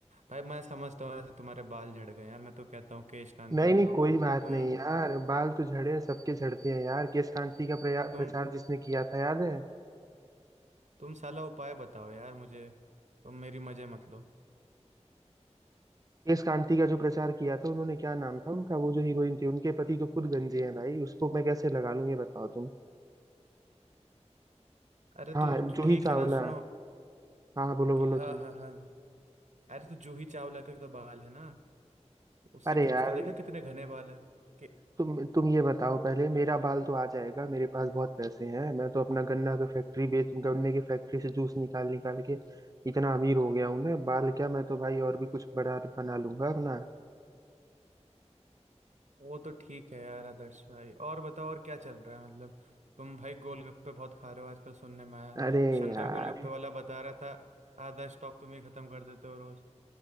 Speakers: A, on the right; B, on the right.
A: भाई मैं समझता हूँ जैसे तुम्हारे बाल झड़ गए यार मैं तो कहता हूँ केश कांति
B: नहीं
A: लगाओ
B: नहीं कोई बात
A: तुम
B: नहीं यार बाल तो झड़े सबके झड़ते हैं यार केश कांति का प्रया-
A: तुम
B: प्रचार जिसने किया था याद है
A: तुम साला उपाय बताओ यार मुझे तुम मेरी मजे मत लो
B: केश कांति का जो प्रचार किया था उन्होंने क्या नाम था उनका वो जो हीरोइन थी उनके पति तो खुद गंजे हैं भाई जूही, उसको मैं कैसे लगा लूं ये बताओ तुम
A: अरे तो
B: हाँ
A: तो
B: जूही
A: ठीक
B: चावला
A: है ना सुनो
B: हाँ हाँ बोलो
A: हाँ
B: बोलो तुम
A: हाँ हाँ अरे तो जूही चावला के तो बाल है ना उससे
B: अरे
A: क्या
B: यार
A: उसका देखा कितने घने बाल है कि
B: तुम तुम ये बताओ पहले मेरा बाल तो आ जाएगा मेरे पास बहुत पैसे हैं मैं तो अपना गन्ना का फैक्ट्री बेच गन्ने की फैक्ट्री से जूस निकाल निकाल के इतना अमीर हो गया हूं ना बाल क्या मैं तो भाई और भी कुछ बड़ा बना लूंगा अपना
A: वो तो ठीक है यार आदर्श भाई और बताओ और क्या चल रहा है मतलब तुम भाई गोलगप्पे बहुत खा रहे हो आजकल सुनने में आया
B: अरे
A: शंकर
B: यार
A: गोलगप्पे वाला बता रहा था आधा स्टॉक तुम ही खत्म कर देते हो रोज